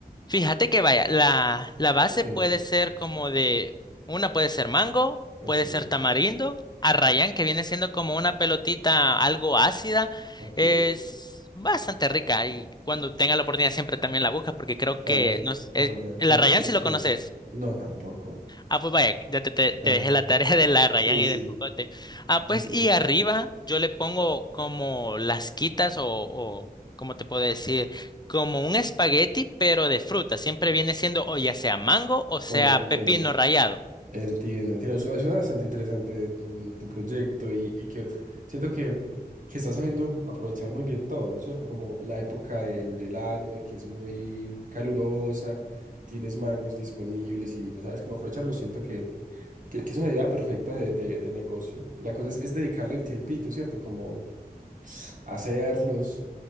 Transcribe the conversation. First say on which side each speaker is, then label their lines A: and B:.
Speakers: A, on the left; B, on the right.
A: Fíjate que vaya, la, la base
B: Ok,
A: puede ser como de, una puede ser mango,
B: ok,
A: puede ser tamarindo, arrayán, que viene siendo como una pelotita algo ácida,
B: ok.
A: es bastante rica y cuando tenga la oportunidad siempre también la buscas porque creo
B: Dale,
A: que no, es-
B: arrollar.
A: el
B: No
A: arrayán
B: te conocía.
A: si lo conoces.
B: No, tampoco.
A: Ah, pues vaya, ya te, te- te
B: <laughs>
A: dejé la tarea de la Rayan
B: Sí,
A: y
B: sí,
A: del Jocote. Ah,
B: ok.
A: pues y arriba yo le pongo como las quitas o, o ¿cómo te puedo decir? Como un espagueti, pero de fruta. Siempre viene siendo o ya sea mango o sea
B: Ok.
A: pepino rallado.
B: Entiendo, entiendo. Suena, suena bastante interesante tu, tu proyecto y, y que siento que, que estás sabiendo aprovechar muy bien todo, ¿cierto? Como la época del, del año, de que es muy calurosa, tienes mangos disponibles y no sabes cómo aprovecharlos. Siento que Que, que es una idea perfecta de, de- de negocio. La cosa es, es dedicarle el tiempito, ¿cierto? Como hacerlos,